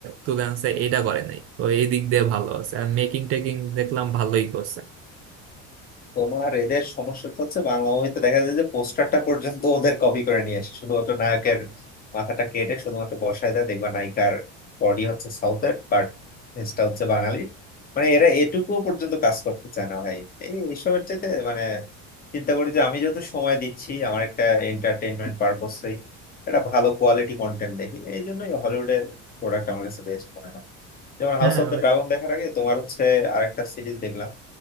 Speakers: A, on the right; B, on the left.
A: তুলে আনছে এটা করে নাই তো এই দিক দিয়ে ভালো আছে আর মেকিং টেকিং দেখলাম ভালোই করছে
B: তোমার এদের সমস্যা তো হচ্ছে বাংলা মুভিতে দেখা যায় যে পোস্টারটা পর্যন্ত ওদের কপি করে নিয়ে আসে শুধুমাত্র নায়কের মাথাটা কেটে শুধুমাত্র বসায় দেয় দেখবা নায়িকার বডি হচ্ছে সাউথের বাট ফেসটা হচ্ছে বাঙালি মানে এরা এটুকু পর্যন্ত কাজ করতে চায় না ভাই এই এইসবের চাইতে মানে চিন্তা করি যে আমি যত সময় দিচ্ছি আমার একটা এন্টারটেনমেন্ট পারপোসেই একটা ভালো কোয়ালিটি কন্টেন্ট দেখি এই জন্যই হলিউডের প্রোডাক্ট আমার কাছে বেস্ট মনে হয় যেমন
A: হ্যাঁ
B: হাউস অফ দ্য ড্রাগন দেখার আগে তোমার হচ্ছে আরেকটা সিরিজ দেখলাম